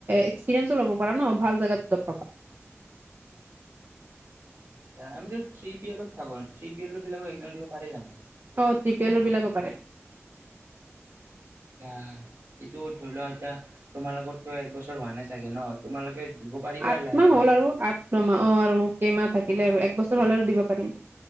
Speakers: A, on the right (about 45°); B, on the right (about 65°).
A: এক্সপিৰিয়েঞ্চ ল'ব প ন ভাল জাগাতপ
B: আমিতো থি পি এলত থাকো থি পি এলৰ বিলাক এক্সাম দিব পাৰি যানো
A: অ জি পি এলৰ বিলাকো পাৰে
B: এইটো ধৰি লোৱা এতিয়া তোমালোকতো একবছৰ হোৱা নাই চাগে ন তোমালোকে দিব পাৰিবা
A: আঠ
B: লাহেকৈ
A: মাহ হ'ল আৰু আঠমাহ অ আৰু কেইমাহ থাকিলে আৰু এক বছৰ হলে আৰু দিব পাৰিম